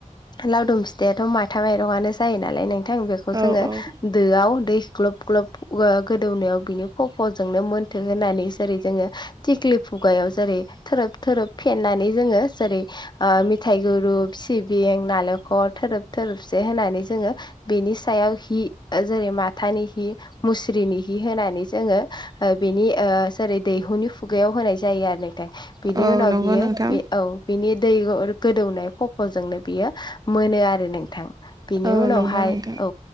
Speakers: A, on the left (about 35°); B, on the right (about 30°).
A: लावदुम फिथायाथ' माथा माइरङानो जायो नालाय नों थां बेखौ
B: औ
A: जोङो
B: औ
A: दोआव दै ग्लब ग्लब ओ गोदौनायाव बिनि खफ'जोंनो मोनथों होननानै जेरै जोङो थिख्लि खुगायाव जेरै थोरोब थोरोब फेननानै जोङो जेरै ओ मिथाय गुरु सिबिं नालेखर थोरोब थोरोबसे होनानै जोङो बेनि सायाव हि जेरै माथानि हि मुस्रिनि हि होनानै जोङो ओ बेनि ओ जेरै दैहुनि खुगायाव होनाय जायो आरो नोंथां बिनि
B: औ
A: उनाव
B: नंगौ
A: बियो
B: नोंथां
A: बे औ बिनि दै गोदौनाय खफ'जोंनो बियो मोनो आरो नोंथां। बिनि
B: औ
A: उनावहाय
B: नंगौ नोंथां
A: औ